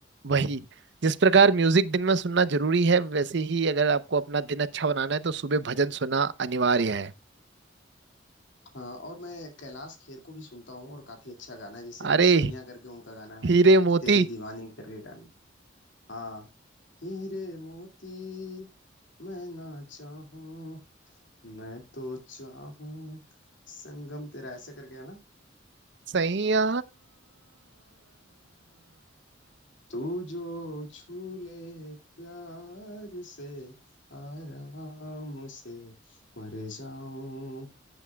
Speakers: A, on the right; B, on the left.
A: वही जिस प्रकार म्यूजिक दिन में सुनना जरूरी है वैसे ही अगर आपको अपना दिन अच्छा बनाना है तो सुबह भजन सुनना अनिवार्य है
B: हाँ और मैं कैलाश खेर को भी सुनता हूँ और काफी अच्छा गाना है जैसे
A: अरे
B: एक सैयां करके उनका गाना है
A: हीरे
B: एक
A: मोती
B: तेरी दीवानी करके गाना हाँ हीरे मोती मैं ना चाहूं मैं तो चाहूं संगम तेरा ऐसा करके है ना
A: सैया
B: तू जो छू ले प्यार से आराम से मर जाऊं